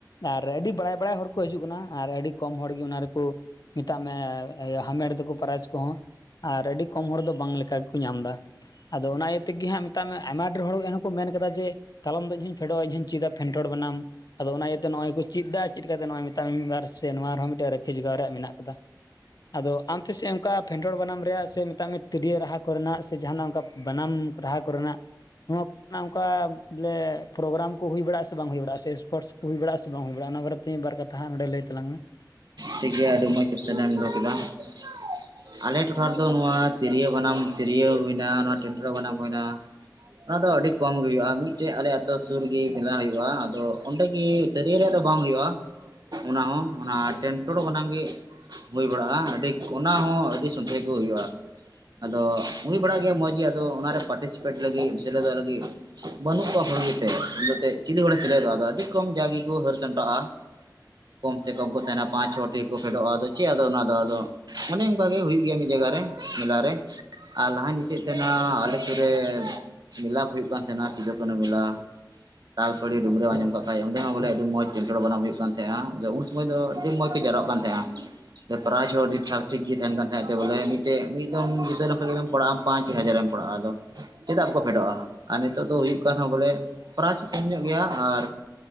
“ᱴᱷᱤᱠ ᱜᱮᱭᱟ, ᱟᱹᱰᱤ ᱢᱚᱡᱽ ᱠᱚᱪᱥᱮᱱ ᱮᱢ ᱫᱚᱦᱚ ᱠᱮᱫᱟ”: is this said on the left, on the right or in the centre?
Right